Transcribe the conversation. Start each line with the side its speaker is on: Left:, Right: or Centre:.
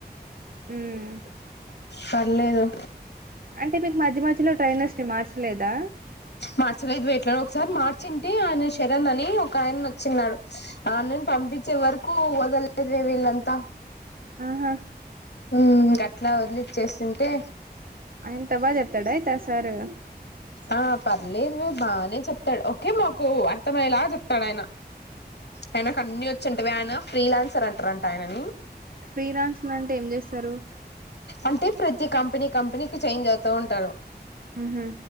Right: హుమ్
Left: పర్లేదు.
Right: అంటే మీకు మధ్య మధ్యలో ట్రైనర్స్ ని మార్చలేదా,
Left: మార్చలేదు వేట్ ఒకసారి మార్చింటే ఆయన శరణ్ అని ఒక ఆయన వచ్చినాడు. ఆ నేను పంపించే వరకు వదలేదువే వీళ్ళంతా,
Right: ఆహా,
Left: హు గా అట్లా వదిలిచ్చేస్తుంటే,
Right: అంత బాగా చెప్తాడ అయితే సారు.
Left: ఆ పర్లేదు వే బాగానే చెప్తాడు ఓకే మాకు అర్థమయ్యేలాగా చెప్, అడు ఆయన ఆయన కి అన్న వచ్చింటవి ఆయన ఫ్రీ లాన్సర్ అంటారంట ఆయనని,
Right: ఫ్రీరాన్స్ లాంటే ఏం చేస్తారు.
Left: అంటే ప్రతి కంపెనీ కంపెనీకి చేంజ్ అవుతా ఉంటారు.
Right: ఉహు